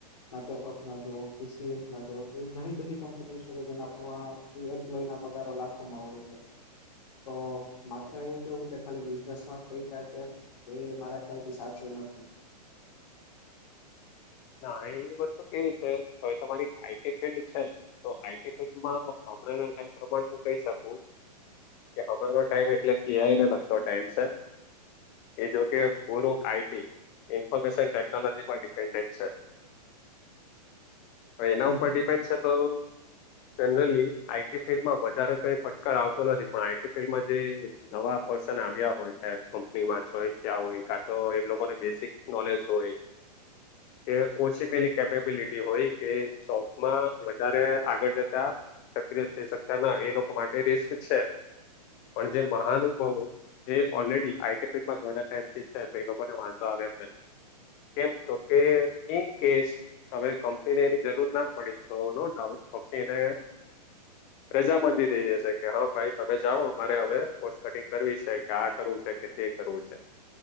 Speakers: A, on the left; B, on the left.
A: માઇક્રોસોફ્ટ ના જોવો, ટીસીએસ ના જોવો તો એવી ઘણી બધી કંપનીઓ છે કે જેના પ્રમાણે એ એમ્પ્લોય ના પગારો લાખોમાં હોય છે. તો માત્ર એવું કેવું કે ખાલી બિઝનેસમાં જ પૈસા છે તો એ મારા ખ્યાલથી સાચું નથી.
B: ના એ વસ્તુ કેવી છે અવે તમારી આઈટી ફીલ્ડ છે તો આઈ ટી ફિલ્ડમાં હમણાં ના ટાઇમ પ્રમાણે હું કહી શકું. કે હમણાંનો ટાઈમ એટલે એ આઈ નો લગતો ટાઈમ છે. એ જો કે પૂરું આઈ ટી ઇન્ફોર્મેશન ટેકનોલોજી પર ડિપેન્ડન્ટ છે. હવે એના
A: હમ
B: ઉપર
A: હમ
B: ડિપેન્ડ છે તો જનરલી આઈ ટી ફિલ્ડમાં વધારે કંઈ ફટકાર આવતો નથી પણ આઈ ટી ફિલ્ડમાં જે નવા પર્સન આવ્યા હોય કે કંપનીમાં જોઈન થયા હોય કા તો એ લોકોને બેઝીક નોલેજ હોય એ ઓછી પેલી કેપેબિલિટી હોય કે જોબમાં વધારે આગળ જતા. સક્રિય થઈ શકતા ના એ લોકો માટે રિસ્ક છે પણ જે મહાનુભવો જે ઓલરેડી આઈટી ફિલ્ડ માં ધણા ટાઈમથી છે તો એ લોકોને વાંધો આવે એમ નથી. કેમ તો કે ઇન કેસ હવે કંપનીની એની જરૂર ના પડી તો નો ડાઉટ કંપની એને રજા મંદી દઈ દેશે કે હા ભાઈ તમે જાઓ અમારે હવે કોસ્ટ કટિંગ કરવી છે કે આ કરવું છે કે તે કરવું છે.